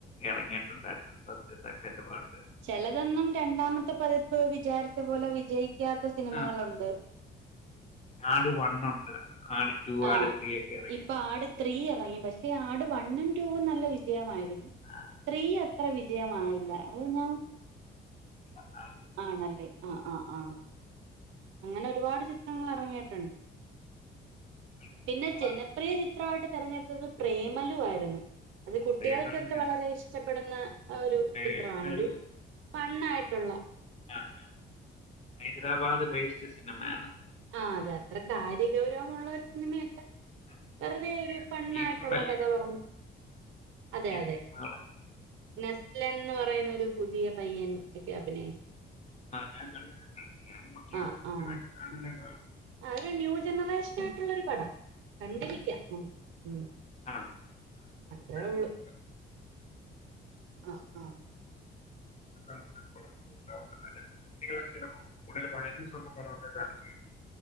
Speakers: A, on the left; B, on the right.
A: ഇറങ്ങിയിട്ടുണ്ടായിരുന്നു ഫസ്റ്റ് സെക്കൻഡ് പാർട്ട്
B: ചിലതൊന്നും രണ്ടാമത്തെ പതിപ്പ് വിചാരിച്ച പോലെ വിജയിക്കാത്ത സിനിമകളുണ്ട്
A: ആ. ആട് വണ്ണ് ഉണ്ട് ആട് ടു
B: ആഹ്
A: ആട് ത്രീ ഒക്കെ ഇറങ്ങി
B: ഇപ്പൊ ആട് ത്രീ ഇറങ്ങി പക്ഷേ ആട് വണ്ണും ടൂവും നല്ല വിജയമായിരുന്നു
A: ആട്
B: ത്രീ അത്ര വിജയമായില്ല അത് പിന്നെ
A: ന
B: ആണല്ലേ ആഹ് ആഹ് ആഹ് അങ്ങനെ ഒരുപാട് ചിത്രങ്ങൾ ഇറങ്ങിയിട്ടുണ്ട്
A: പറഞ്ഞിട്ട് ഇറങ്ങിയ ഒരുപാട്
B: പിന്നെ
A: ചിത്രങ്ങളാണ്
B: ജന പ്രിയ ചിത്രമായിട്ട് തിരഞ്ഞെടുത്തത് പ്രേമലു ആരുന്നു അത് കുട്ടികൾക്കൊക്കെ
A: പ്രേമലു ഞങ്ങൾ
B: വളരെ ഇഷ്ടപ്പെടുന്ന ഒരു
A: പ്രേമലു
B: ചിത്രമാണ് ഒരു ഫൺ ആയിട്ടുള്ള
A: ആഹ് ആതെ ഹൈദരാബാദ് ബേയ്സ്റ്റ് സിനിമയാണന്ന്
B: ആഹ് അതെ അത്ര കാര്യ ഗൗരവമുള്ള ഒരു സിനിമയല്ല
A: പുതിയ
B: വെറുതെ
A: പുതിയ
B: ഒരു ഫണ്ണ്
A: ടീമുകളല്ലേ
B: ആയിട്ടുള്ള കഥ
A: വരുന്നത്
B: ആ അതെ
A: പുതിയ
B: അതെ
A: ടീമുകൾ
B: നെസ്ലൻ എന്ന് പറയുന്നൊരു പുതിയ പയ്യൻ ഒക്കെ അഭിനയിച്ചു
A: ആഹ് ഞാൻ കണ്ടിട്ടുണ്ട് ഞാനും അത്യാവശ്യം
B: ആ
A: സിനിമയൊക്കെ
B: ആ
A: കാണലുണ്ട്
B: ആ ഒരു ന്യൂ ജനറേഷൻ ആയിട്ടുള്ളൊരു പടം കണ്ടിരിക്കാം ഉം ഉം
A: ആഹ്
B: അത്രേ
A: <unintelligible>
B: ഉള്ളൂ ആ ആ
A: കാണുന്നതോണ്ട് <unintelligible> <unintelligible> കുട്ടികൾക്ക് ചെലപ്പോ കൂട്തല് <unintelligible>